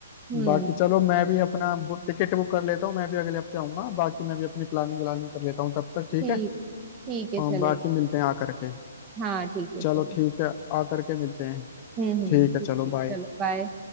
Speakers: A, on the right; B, on the left.
A: हम्म
B: बाकी चलो मैं भी अपना टिकट बुक कर लेता हूँ मैं भी अगले हफ्ते आऊंगा बाकी मैं भी अपनी प्लानिंग व्लानिंग कर लेता हूँ तब तक ठीक
A: ठीक
B: है
A: है ठीक है चलेगा
B: और बाकी मिलते हैं आकर के
A: हाँ ठीक है
B: चलो
A: चलो
B: ठीक है आकर के मिलते हैं
A: हम्म हम्म
B: ठीक है
A: ठीक
B: चलो
A: है
B: बाय
A: चलो बाय